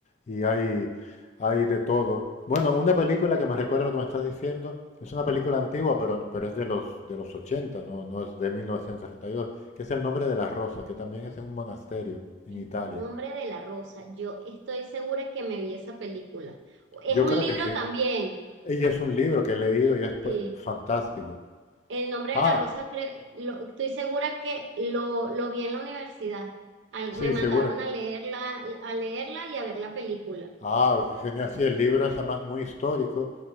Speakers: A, on the left; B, on the right.
A: y hay, hay de todo. Bueno, una película que me recuerda lo que me estás diciendo, es una película antigua, pero, pero es de los, de los 80, no, no es de 1962, que es El nombre de la rosa, que también es en un monasterio en
B: En
A: Italia.
B: nombre de la rosa, yo estoy segura que me vi esa película. Es
A: Yo
B: un
A: creo
B: libro
A: que sí.
B: también.
A: Y es un libro que he leído y es p-
B: Sí.
A: fantástico.
B: El nombre
A: Ah,
B: de la rosa, cre- lo- estoy segura que lo, lo vi en la universidad. Al-
A: sí,
B: me mandaron
A: segura.
B: a leerla, a leerla y a ver la película.
A: Ah, qué genial. Sí, el libro es además muy histórico